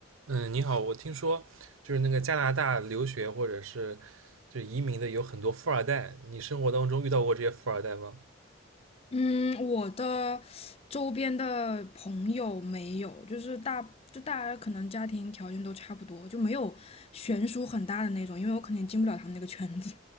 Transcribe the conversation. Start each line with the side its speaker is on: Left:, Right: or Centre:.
Right: 嗯，你好，我听说就是那个加拿大留学或者是就是移民的有很多富二代，你生活当中遇到过这些富二代吗？
Left: 嗯，我的周边的朋友没有，就是大就大家可能家庭条件都差不多，就没有悬殊很大的那种，因为我可能也进不了他们那个圈子。